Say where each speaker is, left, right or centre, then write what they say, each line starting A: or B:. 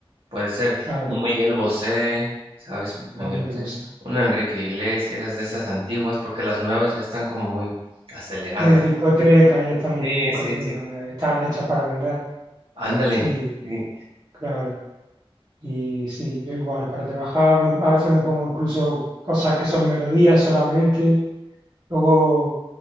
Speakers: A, on the right (about 65°); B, on the right (about 40°).
A: Puede ser
B: Claro,
A: un Miguel Bosé, ¿sabes? Miguel
B: amigo,
A: Bosé,
B: lo sé.
A: un Enrique Iglesias, de esas antiguas, porque las nuevas ya están como muy aceleradas.
B: Muy de discoteca, ya están muy
A: Sí,
B: de discoteca.
A: sí, sí.
B: Están hechas para vender.
A: Ándale,
B: Sí,
A: sí,
B: claro. Y sí, yo igual, para trabajar me- a veces me pongo incluso cosas que son melodías solamente. Luego